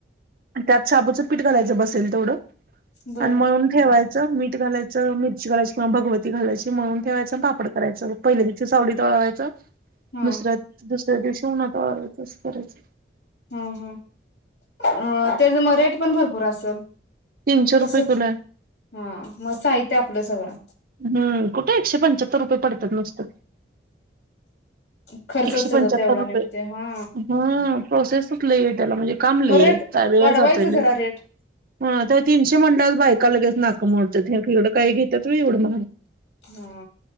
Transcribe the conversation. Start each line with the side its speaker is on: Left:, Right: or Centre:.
Right: त्यात शाबूचं पीठ घालायचं बसेल तेवढं.
Left: बर
Right: आन मळून ठेवायचं मी घालायचं मिरची घालायची किंवा भगवती घालायची म्हणून ठेवायचं पापड करायचं पहिले दिसचं सावलित वा ळवायचं.
Left: हा
Right: दुसरा दुस त्या दिवशी उनात वाळवायचं अस करायच.
Left: हम् हम् अ त्याच मग रेट पण भरपूर असेल
Right: तीनशे रुपये
Left: कस हा
Right: किलो आहे
Left: मग साहित्य आपलं सगळं.
Right: हम्म कुठे एकशे पंच्याहत्तर रुपये पडतात नुसतं
Left: खर्चच
Right: एकशे
Left: त्याचा
Right: पंचाहत्तर
Left: तेवढा
Right: रुपये
Left: निघते हा
Right: हा प्रोसेस. <inaudible> ला म्हणजे काम लयेय
Left: मग रेट
Right: त्या वेळ
Left: वाढवायचं
Right: जातोय लय
Left: जरा रेट
Right: ह त्या तीनशे म्हनल बायका लगेच नाक मोडतेत इकड काय घेतेत होय एवढं मो <inaudible>
Left: हा